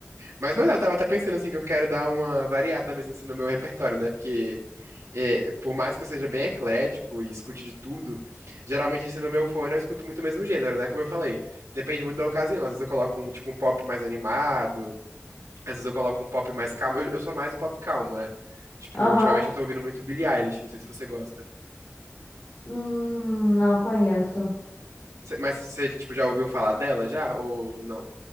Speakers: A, on the right; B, on the left.
A: Mas, pois é, eu tava até pensando assim que eu quero dar uma variada mesmo assim no meu repertório, né? Porque é, por mais que eu seja bem eclético e escute de tudo, geralmente assim no meu fone eu escuto muito o mesmo gênero, né? Como eu falei, depende muito da ocasião. Às vezes eu coloco um tipo um pop mais animado, às vezes eu coloco um pop mais calmo. Eu, eu sou mais o pop calmo, né? Tipo,
B: Aham.
A: ultimamente eu tô ouvindo muito Billie Eilish, não sei se você gosta.
B: Hum, não conheço.
A: Cê- mas você tipo já ouviu falar dela já ou não?